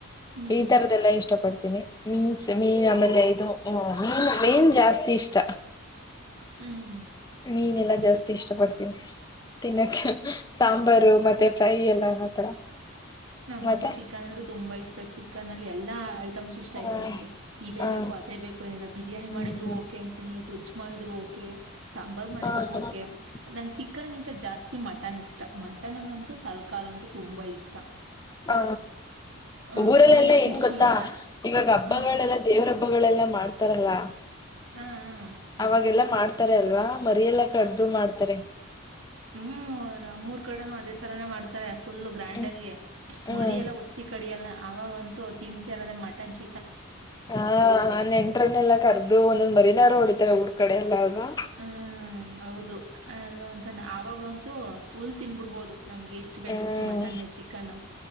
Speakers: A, on the right (about 70°); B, on the left (about 20°).
A: ಹ್ಞೂ
B: ಈ ತರದೆಲ್ಲಾ ಇಷ್ಟ ಪಡ್ತಾರೆ. ಮೀನ್ಸ್ ಮೀನ್ ಆಮೇಲೆ ಇದು ಹ ಮೀನ್ ರೇಂಜ್ ಜಾಸ್ತಿ ಇಷ್ಟ.
A: ಹ್ಮ್.
B: ಮೀನೆಲ್ಲಾ ಜಾಸ್ತಿ ಇಷ್ಟ ಪಡ್ತೀನಿ. ತಿನ್ನಕ್ಕೆ ಸಾಂಬಾರು ಮತ್ತೆ ಫ್ರೈ ಎಲ್ಲ ಆತರ.
A: ನಂಗಂತೂ
B: ಮತ್ತೆ
A: ಚಿಕನ್ ಅಂದ್ರೆ ತುಂಬಾ ಇಷ್ಟ ಚಿಕನ್ ಅಲ್ಲಿ ಎಲ್ಲಾ. ಐಟಮ್ಸ್ ಇಷ್ಟ
B: ಹ
A: ಆಯ್ತು ನನಗೆ ಇದೇ
B: ಹ
A: ಬೇಕು ಅದೇ ಬೇಕು ಏನಿಲ್ಲ ಬಿರಿಯಿ
B: ಹ್ಮ್
A: ಮಾಡಿದರು ಓಕೆ ಅಂತಿನಿ ಗೊಜ ಮಾಡಿದ್ರು. ಸಾಂಬಾರ್ ಮಾಡಿದ್ರು
B: ಹ ಹ
A: ಓಕೆ ನಂ ಚಿಕನ್ಗಿಂತ ಜಾಸ್ತಿ ಮಟನ್ ಇಷ್ಟ ಮಟನ್ ಅಲ್ಲಂತ. ತಲ್ಕಾಲು ಅಂತ ತುಂಬಾ ಇಷ್ಟ.
B: ಹಾ
A: ಆ
B: ಊರಲ್ಲೆಲ್ಲಾ
A: ಆಮೇಲೆ
B: ಏನ್
A: ಫಿಶ್ಶು
B: ಗೊತ್ತಾ
A: ಇಷ್ಟ.
B: ಇವಾಗ ಹಬ್ಬಗಳೆಲ್ಲಾ
A: ಆ
B: ದೇವ್ರ. ಹಬ್ಬಗಳೆಲ್ಲ ಮಾಡ್ತಾರಲ್ಲ
A: ಆ ಆ
B: ಅವಾಗೆಲ್ಲ. ಮಾಡ್ತಾರೆ ಅಲ್ವಾ ಮರಿಯೆಲ್ಲ ಕಡ್ದು ಮಾಡ್ತಾರೆ.
A: ಹ್ಮ್ ನಮ್ಮೂರ್ ಕಡೆನೂ ಅದೇ ತರಾನೇ ಮಾಡ್ತಾರೆ. ಫುಲ್ ಗ್ರ್ಯಾಂಡ್
B: ಹ್ಮ್
A: ಆಗಿ
B: ಹ್ಮ್
A: ಮರಿಯ ಎಲ್ಲ ಒಸಿ ಕಡಲ್ಲ ಅವಾಗಂತೂ ತಿಂತರದ ಮಟನ್ ಚ.
B: ಹಾ ನೆಂಟ್ರನೆೆಲ್ಲಾ ಕರ್ದು ಒಂದೊಂದ್ ಮರಿನಾರ ಹೊಡಿತಾರೆ ಊರ್ ಕಡೆ ಎಲ್ಲಾರವಾ.
A: ಹ್ಮ್ ಹೌದು ಎಲ್ಲ ಅಂತಾನೆ ಆವಾಗ್ಲಂತೂ ಫುಲ್ ತಿನ್ಬಿಡ್ಬೋದು. ನಮ್ಗೆ ಎಷ್ಟು ಬೇಕಷ್ಟು
B: ಹ್ಮ್
A: ಮಟನ್ ಚಿಕನ್ನು